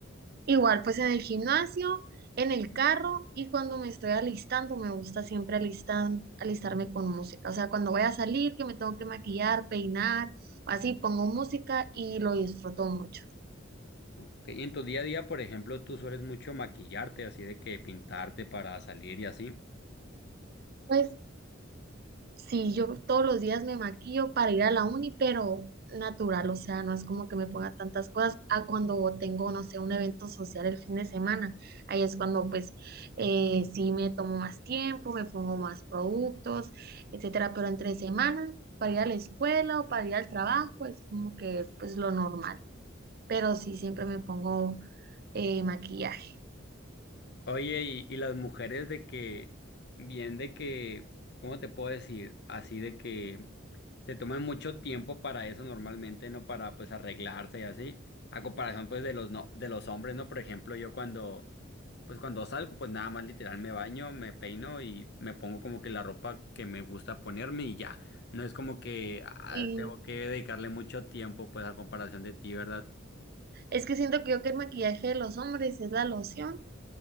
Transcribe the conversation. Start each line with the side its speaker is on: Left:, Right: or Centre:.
Right: Igual, pues en el gimnasio, en el carro y cuando me estoy alistando, me gusta siempre alistan- alistarme con música. O sea, cuando voy a salir, que me tengo que maquillar, peinar, así pongo música y lo disfruto mucho.
Left: Ok, Y en tu día a día, por ejemplo, tú sueles mucho maquillarte, así de que pintarte para salir y así.
Right: Pues sí, yo todos los días me maquillo para ir a la uni, pero natural, o sea, no es como que me ponga tantas cosas a cuando tengo, no sé, un evento social el fin de semana. Ahí es cuando pues eh, sí me tomo más tiempo, me pongo más productos, etcétera, pero entre semana, para ir a la escuela o para ir al trabajo, es como que pues lo normal, pero sí siempre me pongo eh, maquillaje.
Left: Oye, y, y las mujeres de que, bien de que, ¿cómo te puedo decir? Así de que se toman mucho tiempo para eso normalmente, ¿no? Para pues arreglarse y así. A comparación pues de los no, de los hombres, ¿no? Por ejemplo, yo cuando, pues cuando salgo, pues nada más literal me baño, me peino y me pongo como que la ropa que me gusta ponerme y ya. No es como que ah,
Right: Y
Left: tengo que dedicarle mucho tiempo pues a comparación de ti, ¿verdad?
Right: es que siento que yo que el maquillaje de los hombres es la loción.